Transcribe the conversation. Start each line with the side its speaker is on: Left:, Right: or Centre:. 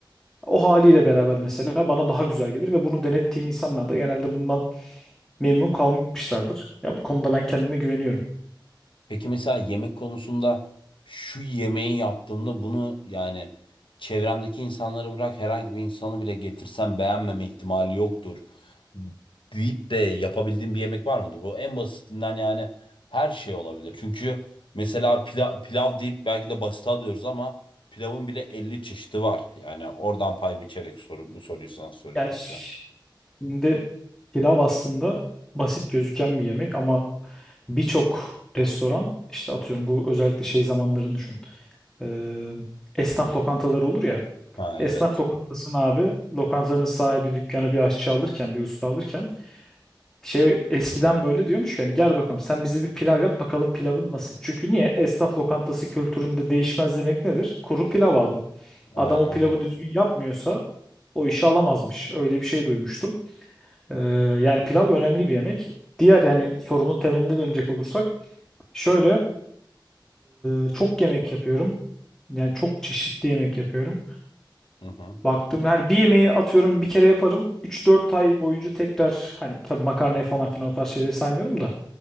Centre: O haliyle beraber mesela bana daha güzel gelir ve bunu denettiğim insanlar da genelde bundan memnun kalmışlardır. Ya bu konuda ben kendime güveniyorum.
Left: Peki mesela yemek konusunda şu yemeği yaptığımda bunu yani çevremdeki insanları bırak herhangi bir insanı bile getirsem beğenmeme ihtimali yoktur deyip de yapabildiğim bir yemek var mıdır? Bu en basitinden yani her şey olabilir. Çünkü mesela pilav, pilav deyip belki de basit alıyoruz ama pilavın bile 50 çeşidi var. Yani oradan pay biçerek soru, bu soruyu sana soruyorum
Centre: Yani
Left: şu an.
Centre: şimdi pilav aslında basit gözüken bir yemek ama birçok restoran işte atıyorum bu özellikle şey zamanlarını düşün. Ee, esnaf lokantaları olur ya
Left: Ha
Centre: Esnaf
Left: evet.
Centre: lokantasını abi lokantanın sahibi dükkanı bir aşçı alırken bir usta alırken şey eskiden böyle diyormuş ki hani gel bakalım sen bize bir pilav yap bakalım pilavın nasıl. Çünkü niye? Esnaf lokantası kültüründe değişmez demek nedir? Kuru pilav abi.
Left: Aynen
Centre: Adam o pilavı
Left: öyle.
Centre: düzgün yapmıyorsa o işi alamazmış. Öyle bir şey duymuştum. Ee, yani pilav önemli bir yemek. Diğer yani sorunun temeline dönecek olursak şöyle e, çok yemek yapıyorum. Yani çok çeşitli yemek yapıyorum.
Left: Hı hı.
Centre: Baktım yani bir yemeği atıyorum bir kere yaparım. üç dört ay boyunca tekrar hani tabii makarnayı falan filan o tarz şeyleri saymıyorum da.